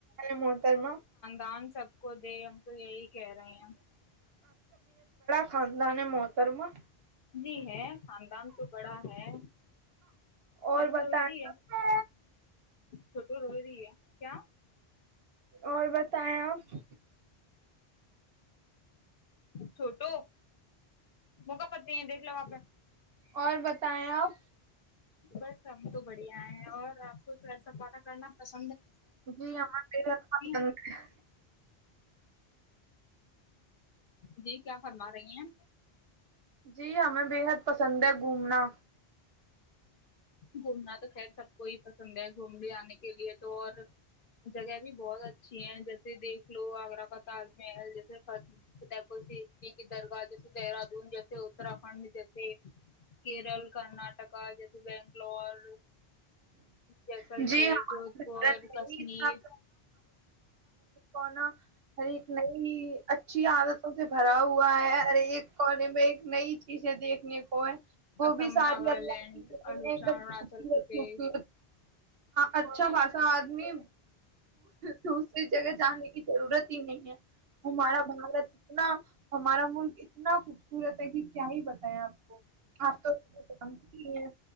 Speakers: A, on the right (about 65°); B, on the left (about 55°).
A: مترم <unintelligible>
B: ڈانسب <unintelligible> کو دے ہم کو یہی کہہ رہے ہیں
A: خاندانی محترم
B: جی ہے خاندان تو بڑا ہے چھوٹو
A: اور بتائیں
B: روہریی ہے چھوٹو روہری ہے کیا
A: اور بتائیں آپ
B: چھوٹو موقع پتی ہیں دیکھ لو واپ
A: اور بتائیں آپ
B: بس <unintelligible> ہم تو بڑھیا ہیں اور کچھ ایسااتہ کرنا پند <unintelligible>
A: جی ہمار پ <unintelligible>
B: ہیں جی کیا فرما رہی ہیں
A: جی ہمیں بےحد پسند ہے گھومنا
B: گھومنا تو خیر سب کوئی پسند ہے گھوم بھی آنے کی کے لیے تو اور جگہ بھی بہت اچھی ہیں جیسے دیکھ لو آگرہ کا تاج محل جیسے فتح پور سے اٹلی کی درگاہ جیسے دہرادون جیسے اتراکھنڈ جیسے کیرل کرناٹک جیسے <unintelligible> بینگلور جیسلمیر
A: جی ہمارے
B: جودھ پور
A: بھارت میں
B: کشمیر
A: ہی اتنا اورنا ہر ایک نئی اچھی عادتوں سے بھرا ہوا ہے ہر ایک کونے میں ایک نئی کی جو دیکھنے نے کو وہ
B: اسم
A: بھی ساری
B: ناگالینڈ
A: الگ چیزی
B: اروناچل
A: ایک دم خوبصورت
B: پردیش
A: خوبصورت اچھا خاصا ادمی دوسری جگہ جانے کی ضرورت نہیں ہے ہمارا بھارت اتنا ہمارا ملک اتنا خوبصورت ہے کہ کیا ہی بتائیں آپ اپ تو جانتی ہے